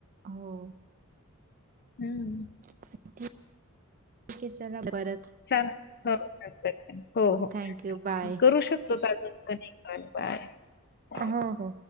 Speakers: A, on the right; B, on the left.
A: हो.
B: हम्म.
A: <unintelligible>
B: <unintelligible> हो. हो.
A: थँक्यू बाय
B: करू शकतो अजून पण
A: हो
B: <unintelligible>
A: हो